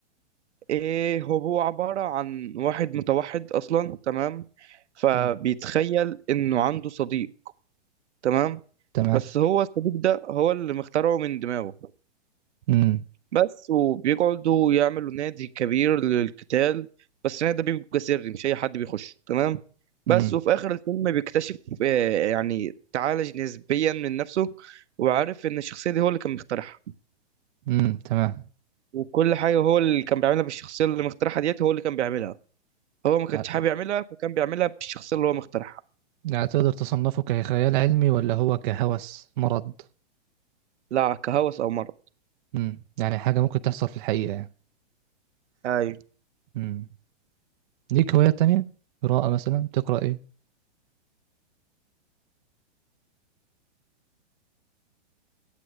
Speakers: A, on the right; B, on the right.
A: ايه هو عبارة عن واحد متوحد اصلا تمام فبيتخيل
B: امم
A: انه عنده صديق تمام
B: تمام
A: بس هو الصديق ده هو اللي مخترعه من دماغه
B: امم
A: بس وبيقعدوا يعملوا نادي كبير للقتال بس النادي ده بيبقى سري مش اي حد بيخش تمام بس
B: امم
A: وفي اخر الفيلم بيكتشف آه، يعني تعالج نسبيا من نفسه وعارف ان الشخصيه دي هو اللي كان مخترعها
B: امم تمام
A: وكل حاجه هو اللي كان بيعملها بالشخصيه اللي مخترعها ديت هو اللي كان بيعملها هو ما كانش
B: يعني
A: حابب يعملها فكان بيعملها بالشخصيه اللي هو مخترعها
B: يعني تقدر تصنفه كخيال علمي ولا هو كهوس مرض
A: لا كهوس او مرض
B: امم يعني حاجه ممكن تحصل في الحقيقه يعني
A: ايوه
B: امم ليك هوايات تانية قراءه مثلا تقرا ايه